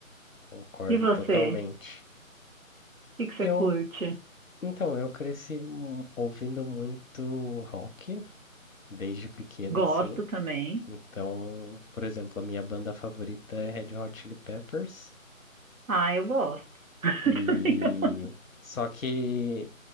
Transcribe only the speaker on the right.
E você?
O que que você
curte?
Gosto
também.
Ah, eu gosto. <laughs>
Também eu-